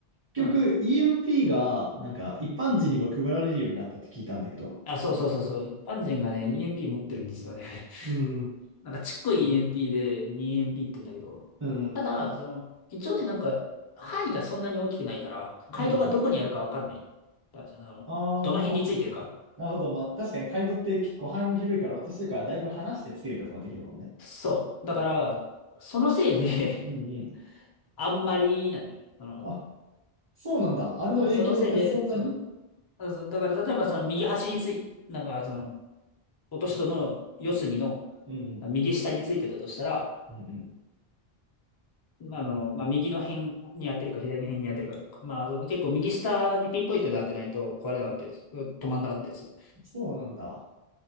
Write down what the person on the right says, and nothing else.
結局
EMP が、なんか一般人にも配られるようになったって聞いたんだけど。
うん
うん、うん
うん。
あ
あ、なるほど。まあ、確かにカイドって結構範囲も広いから、私とからだいぶ離してつけることができるもんね。
うんうん。
あ、そうなんだ。あれの影響ってそんなに
うんうん。
うんうん。
そうなんだ。